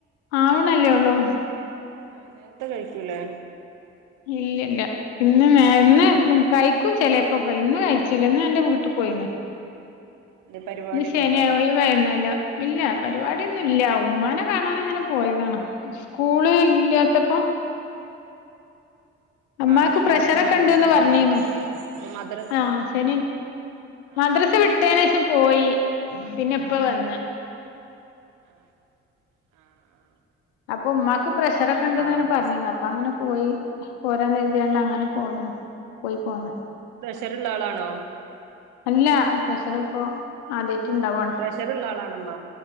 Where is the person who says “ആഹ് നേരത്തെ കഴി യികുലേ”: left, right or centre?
Right